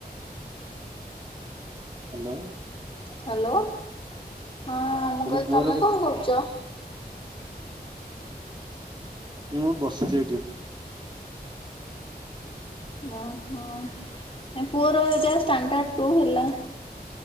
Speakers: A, on the right; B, on the left.
A: ହ୍ୟାଲୋ।
B: ହ୍ୟାଲୋ ହଁ ମୁଁ କହିଲି
A: ପୁଅର
B: ତମେ
A: କେତେ
B: କଣ କରୁଚ?
A: ମୁଁ ମୁ ବସିଚି ଏଇଠି।
B: ଓ ହଁ ପୁଅର ଏଟ ଷ୍ଟାଣ୍ଡାର୍ଡ ଟୁ ହେଲା।